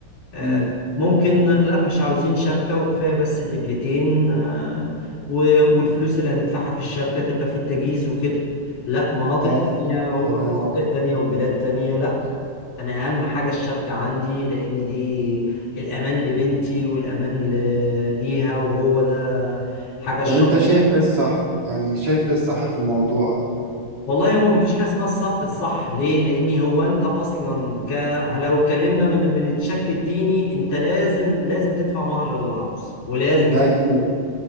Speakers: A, on the left; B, on the right.
A: آه،
B: امم
A: ممكن لا مش عاوزين شبكة وكفاية بس دبلتين آه، و- والفلوس اللي هندفعها في الشبكة تبقى في التجهيز وكده لا مناطق
B: اه
A: تانية
B: تمام
A: مناطق تانية وبلاد تانية لا أنا أهم حاجة الشبكة عندي لأن دي الأمان لبنتي والأمان ل- ليها وهو ده حاجة الشرع
B: طب انت شايف ايه الصح يعني شايف ايه الصح في الموضوع
A: والله هو مفيش حاجه اسمها الصح الصح ليه لان هو انت اصلا ك... لو اتكلمنا من من الشكل الديني انت لازم لازم تدفع مهر للعروسه ولازم
B: ده
A: تج...
B: اكيد